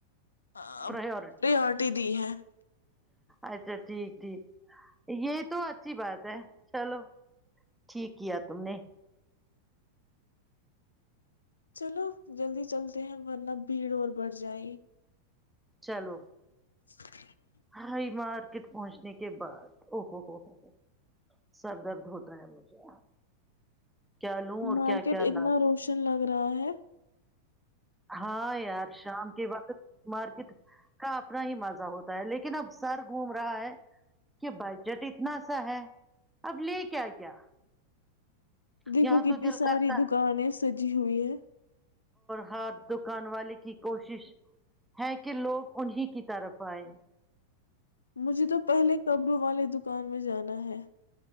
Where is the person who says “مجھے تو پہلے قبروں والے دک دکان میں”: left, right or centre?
Left